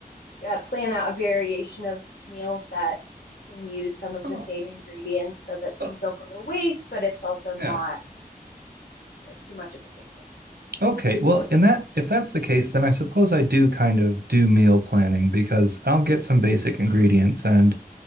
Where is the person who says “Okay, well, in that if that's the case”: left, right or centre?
Right